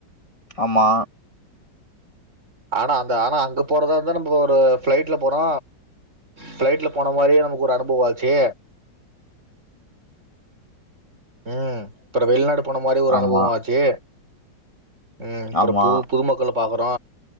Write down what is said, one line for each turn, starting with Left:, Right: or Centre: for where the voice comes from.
Left: ஆமா
Right: ஆனா அந்த ஆனா அங்க போறதா இருந்தா நம்ம ஒரு ஃபிளைட்ல போனா ஃபிளைட்ல போன மாரியே நமக்கு ஒரு அனுபவோ ஆச்சு ம் அப்றோ வெளிநாடு போன மாரி ஒரு
Left: ஆமா
Right: அனுபவம் ஆச்சு ம் அப்றோ
Left: ஆமா
Right: பு புதுமக்கள பாக்குறோ